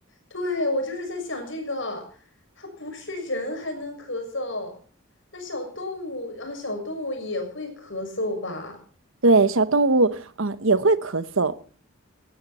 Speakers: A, on the left; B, on the right.
A: 对，我就是在想这个，它不是人还能咳嗽，那小动物，然后小动物也会咳嗽吧？
B: 对，小动物啊，呃也会咳嗽。